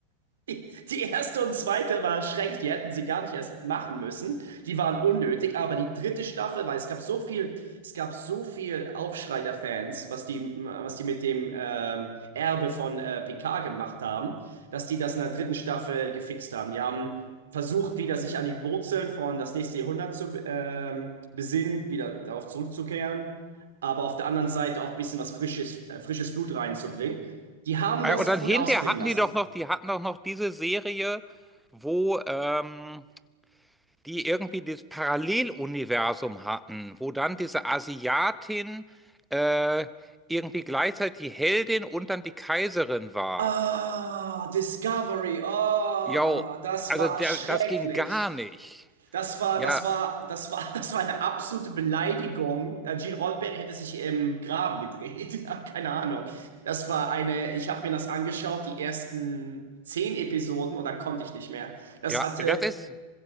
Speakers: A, on the right; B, in the centre.
A: Die, die erste und zweite war schrecklich, die hätten sie gar nicht erst machen müssen. Die waren unnötig, aber die dritte Staffel, weil es gab so viel, es gab so viel Aufschrei der Fans, was die, was die mit dem ähm, Erbe von äh, Picard gemacht haben, dass die das in der dritten Staffel gefixt haben. Die haben versucht, wieder sich an die Wurzeln von das nächste Jahrhundert zu ähm, besinnen, wieder darauf zurückzukehren, aber auf der anderen Seite auch ein bisschen was Frisches, äh, frisches Blut reinzubringen. Die haben
B: Äh,
A: das
B: Und dann
A: gut
B: hinterher
A: ausklingen
B: hatten
A: lassen.
B: die doch noch, die hatten doch noch diese Serie, wo ähm, die irgendwie dieses Paralleluniversum hatten, wo dann diese Asiatin äh, irgendwie gleichzeitig die Heldin und dann die Kaiserin war.
A: Ah, Discovery. Oh,
B: Jo,
A: das
B: also
A: war
B: der,
A: schrecklich.
B: das ging gar nicht.
A: Das war,
B: Ja,
A: das war, das war, <laughs> das war eine absolute Beleidigung. Äh, Gene Roddenberry hätte sich im Graben gedreht. <laughs> Ja, Keine Ahnung. Das war eine, ich habe mir das angeschaut, die ersten zehn Episoden und dann konnte ich nicht mehr. Das
B: ja,
A: hatte,
B: das ist.